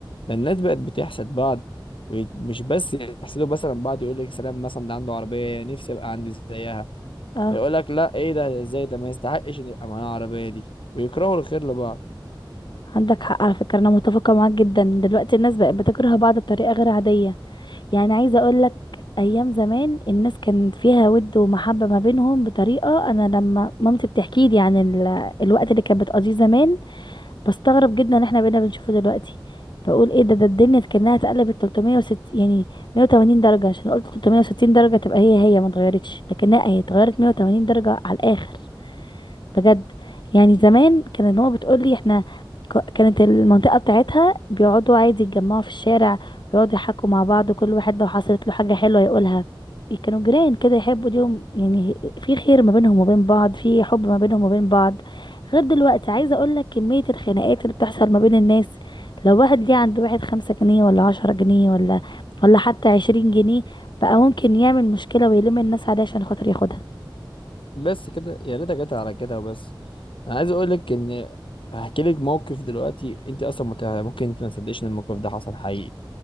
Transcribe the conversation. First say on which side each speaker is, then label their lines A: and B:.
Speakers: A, on the left; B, on the left.
A: ده الناس بقت بتحسد بعض ومش بس يحسدوا مثلا بعض يقول لك سلام مثلا ده عنده عربية نفسي أبقى عندي زيها
B: اه
A: فيقول لك لا ايه ده ازاي ده ما يستحقش ان يبقى معاه العربية دي ويكرهوا الخير لبعض
B: عندك حق على فكرة انا متفقة معاك جدا دلوقتي الناس بقت بتكره بعض بطريقة غير عادية يعني عايزة اقولك ايام زمان الناس كان فيها ود ومحبة ما بينهم بطريقة انا لما مامتي بتحكي لي عن ال- الوقت اللي كانت بتقضيه زمان بستغرب جدا ان احنا بقينا بنشوفه دلوقتي بقول ايه ده ده الدنيا كأنها اتقلبت 360 يعني 180 درجة عشان قلت 360 درجة تبقى هي هي ما اتغيرتش لكنها هي اتغيرت 180 درجة على الآخر بجد يعني زمان كانت ماما بتقولي احنا ك- كانت المنطقة بتاعتها بيقعدوا عادي يتجمعوا في الشارع ويقعدوا يحكوا مع بعض كل واحد لو حصلت له حاجة حلوة يقولها كانوا جيران كده يحبوا ليهم يعني في خير ما بينهم وبين بعض في حب ما بينهم وبين بعض غير دلوقتي عايزة اقول لك كمية الخناقات اللي بتحصل ما بين الناس لو واحد ليه عند واحد خمسة جنيه ولا عشرة جنيه ولا ولا حتى عشرين جنيه بقى ممكن يعمل مشكلة ويلم الناس عليه عشان خاطر ياخدها
A: بس كده يا ريتها جت على كده وبس انا عايز اقول لك ان هحكي لك موقف دلوقتي انت اصلا مت- ممكن انت ما تصدقش ان الموقف ده حصل حقيقي